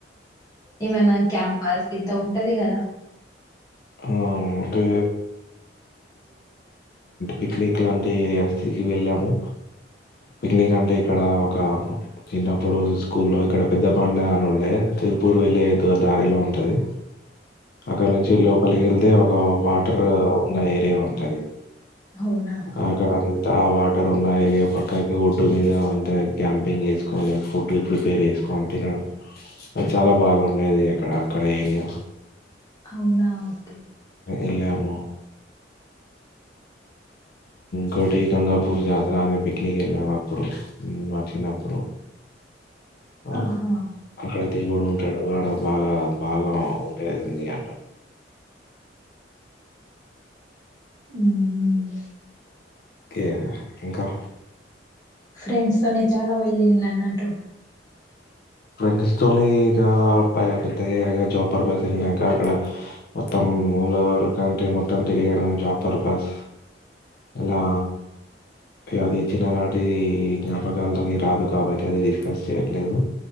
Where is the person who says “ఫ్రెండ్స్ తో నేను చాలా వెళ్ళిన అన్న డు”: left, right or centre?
Left